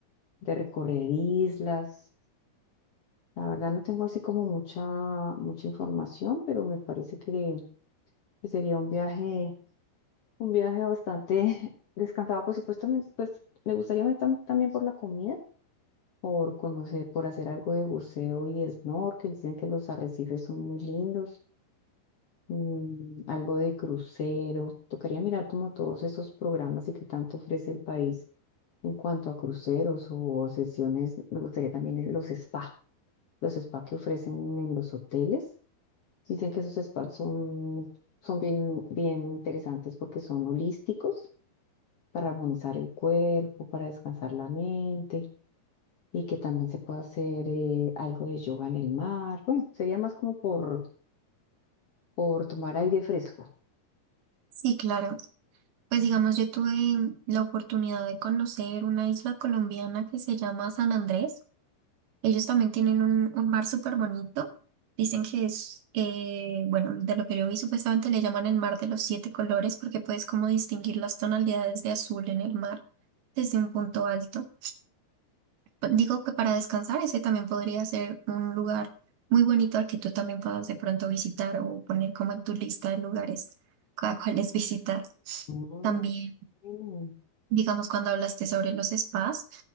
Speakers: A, on the left; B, on the right.
A: de recorrer islas. La verdad no tengo así como mucha, mucha información, pero me parece que, que sería un viaje, un viaje bastante <laughs> descansado. Por supuesto, también, pues me gustaría me- tam- también por la comida, por conocer, por hacer algo de buceo y snorkel. Dicen que los arrecifes son muy lindos. mm, algo de crucero. Tocaría mirar como todos esos programas y qué tanto ofrece el país en cuanto a cruceros o sesiones. Me gustaría también los spa, los spa que ofrecen en los hoteles. Dicen que esos spas son, son bien, bien interesantes porque son holísticos para armonizar el cuerpo, para descansar la mente y que también se puede hacer eh, algo de yoga en el mar. Bueno, sería más como por, por tomar aire fresco.
B: Sí, claro. Pues digamos, yo tuve la oportunidad de conocer una isla colombiana que se llama San Andrés. Ellos también tienen un, un mar súper bonito. Dicen que es, eh, bueno, de lo que yo vi, supuestamente le llaman el mar de los siete colores porque puedes como distinguir las tonalidades de azul en el mar desde un punto alto. Pa- Digo que para descansar ese también podría ser un lugar muy bonito al que tú también puedas de pronto visitar o poner como en tu lista de lugares a cuáles <laughs> visitar.
A: Mm,
B: También,
A: bueno.
B: digamos, cuando hablaste sobre los spas,